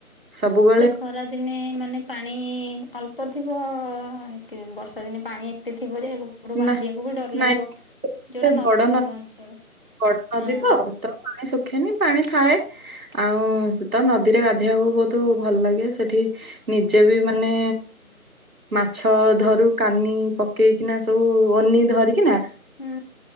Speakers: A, on the right; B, on the left.
A: ସବୁବେଳେ
B: ଖରାଦିନେ ମାନେ ପାଣି ଅଳ୍ପ ଥିବ ଏତେ ବର୍ଷା ଦିନେ ପାଣି ଏତେ ଥିବ ଯେ ଘରୁ ବାହାରିବାକୁ
A: ନା
B: ବି ଡର
A: ନାଇଁ
B: ଲାଗିବ ଯୋଉଟା
A: ଏତେ
B: ନଦୀ
A: ବଡ
B: କୂଳ ଅଞ୍ଚଳ
A: ବଡ ନଦୀ
B: ହଁ
A: ତ ତ ପାଣି ସୁଖେନି ପାଣି ଥାଏ ଆଉ ତ ନଦୀରେ ଗାଧୋଇବାକୁ ବହୁତ ଭଲ ଲାଗେ ସେଠି ନିଜେ ବି ମାନେ ମାଛ ଧରୁ କାନି ପକେଇକିନା ସବୁ ଅନି ଧରିକି ନା
B: ହୁଁ